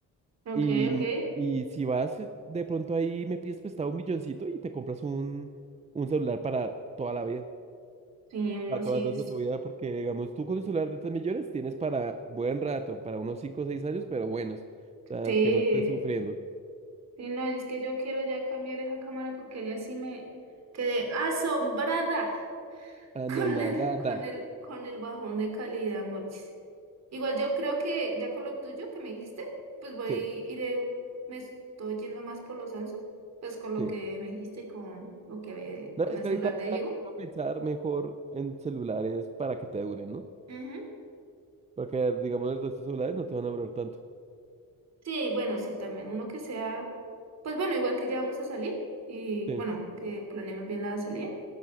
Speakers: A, on the right; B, on the right.
A: ok,
B: Y,
A: ok.
B: mm, y si vas, eh, de pronto ahí me pides prestado un milloncito y te compras un, un celular para toda la vida,
A: Sí,
B: para
A: no, sí,
B: todo el resto
A: es-
B: de tu vida, porque digamos, tú con un celular de 3 millones tienes para buen rato, para unos 5 o 6 años, pero buenos, o sea,
A: sí,
B: que no estés sufriendo.
A: sí, no, es que yo quiero ya cambiar esa cámara porque ya sí me quedé asombrada <laughs>
B: Ah,
A: con
B: no, nada,
A: el,
B: nada.
A: con el, con el bajón de calidad, Morchis. Igual yo creo que ya con lo tuyo que me dijiste, pues voy,
B: Sí,
A: iré, me estoy yendo más por los Samsung, pues con lo
B: sí.
A: que me dijiste, y con lo que había,
B: No,
A: con
B: es
A: el
B: que
A: celular
B: ahorita
A: de Diego.
B: ya toca pensar mejor en celulares para que te duren, ¿no?
A: Ujú.
B: Porque, digamos, el resto de celulares no te van a durar tanto.
A: Sí, bueno, sí, también uno que sea, pues bueno, igual que ya vamos a salir y
B: Sí.
A: bueno, que planeemos bien la salida.